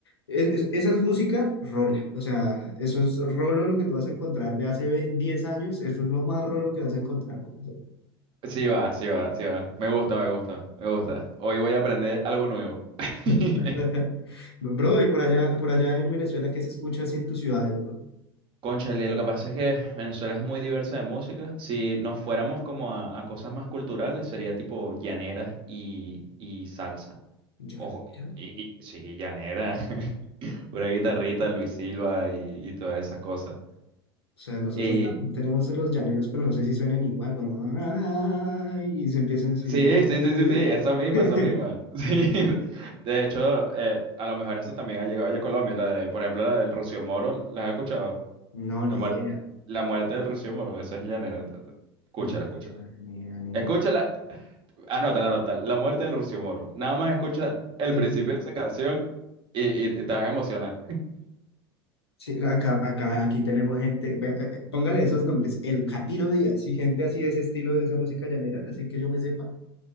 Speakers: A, on the left; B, on the right.
A: Es- es- esa es música rola. O sea, eso es rolo lo que tú vas a encontrar de hace ve- 10 años. Eso es lo más rolo que vas a encontrar. Bro,
B: Sí va, sí va, sí va. Me gusta, me gusta, me gusta. Hoy voy a aprender algo nuevo. <laughs>
A: <laughs> Bro, y por allá, por allá en Venezuela, ¿qué se escucha así en tus ciudades, bro?
B: Cónchale, lo que pasa es que Venezuela es muy diversa de música. Si nos fuéramos como a, a cosas más culturales, sería tipo llaneras y, y salsa.
A: Ya,
B: Ojo,
A: mira.
B: y, y- sí, llanera. <laughs> Una guitarrita, Luis Silva y, y todas esas cosas.
A: O sea, nosotros
B: Eh,
A: también tenemos los llaneros, pero no sé si suenan igual, como "Ay", y se empiezan así.
B: Sí,
A: Bueno,
B: sí, sí,
A: ¿Sí?
B: sí, sí, esa misma,
A: <laughs>
B: esa misma. <laughs> Sí. De hecho, eh, a lo mejor eso también ha llegado ya a Colombia, la de, por ejemplo, la del Rocío Moro, ¿la has escuchado?
A: No,
B: La,
A: ni
B: muer-
A: idea,
B: la muerte del Rocío Moro, esa es llanera. Escúchala,
A: ni idea,
B: escúchala.
A: ni idea, ni
B: Escúchala,
A: idea.
B: anótala, anótala, la muerte del Rocío Moro. Nada más escucha el
A: El-
B: principio de esa canción y, y- y te vas a emocionar.
A: sí, acá, acá, aquí tenemos gente, vea, eh, eh, póngale esos nombres, el Catiro Díaz, y gente así de ese estilo de esa música llanera, así que yo me sepa,